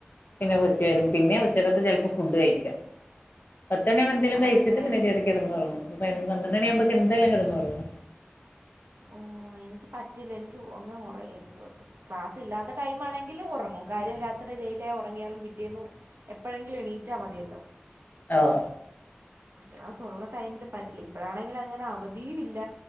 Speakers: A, on the left; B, on the right.
A: പിന്നെ കൊച്ചു വരും പിന്നെ ഉച്ചകത്തെ ചിലപ്പോ ഫുഡ് കഴിക്കാ. പത്തുമണി ആവുമ്പോ എന്തേലും
B: ആണല്ലേ
A: കഴിച്ചിട്ട് പിന്നെ കേറി കെടന്നൊറങ്ങും ഒര് പതിനൊന്നു പന്ത്രണ്ടു മണിയാവുമ്പോക്കെ എന്തായാലും കെടന്നൊറങ്ങും.
B: ഓഹ് എനിക്ക് പറ്റില്ല എനിക്ക് അങ്ങ് ഉറങ്ങിപോവത്. ക്ലാസ് ഇല്ലാത്ത ടൈം ആണെങ്കിൽ ഉറങ്ങും കാര്യം രാത്രി ലേറ്റ് ആയി ഉറങ്ങിയാലും പിറ്റേന്നു. എപ്പോഴെങ്കിലും എണീറ്റാ മതിയല്ലോ.
A: ഓഹ്.
B: ക്ലാസ്സ്‌ ഉള്ള ടൈമില് പറ്റില്ല ഇപ്പോഴാണെങ്കിൽ അങ്ങനെ അവ ധി ഇല്ല